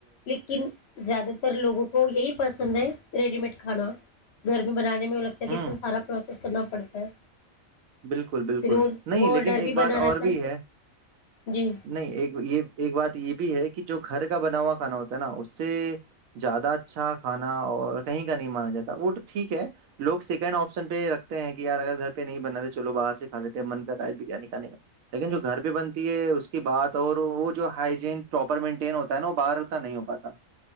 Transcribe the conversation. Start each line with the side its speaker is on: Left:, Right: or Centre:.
Left: لیکن زیادہ تر لوگوں کو یہی پسند ہے ریڈی میڈ کھانا گھر میں بنانے میں وہ لگتا کہ
Right: ہوں
Left: اتنا ساراوسیس <unintelligible> کرنا پڑتا ہے
Right: بالکل بالکل
Left: پھر وہ
Right: نہیں
Left: وہ
Right: لیکن
Left: ڈر
Right: ایک
Left: بھی بنا
Right: بات
Left: رہتا
Right: اور بھی ہے
Left: جی
Right: نہیں ایک یہ ایک بات یہ بھی ہے کہ جو گھر کا بنا ہوا کھانا ہوتا ہے نا اس سے زیادہ اچھا کھانا اور کہیں کا نہیں مانا جاتا وہ تو ٹھیک ہے لوگ سیکنڈ آپشن پہ رکھتے ہیں کہ یار اگر گھر پہ نہیں بنا تو چلو باہر سے کھاے تھے من کر آئے نکالے کا لیکن جو گھر بھی بنتی ہے اس کی بات اور وہ جو ہجین پراپر مینٹین ہوتا ہے نا وہ باہر اتنا نہیں ہو پاتا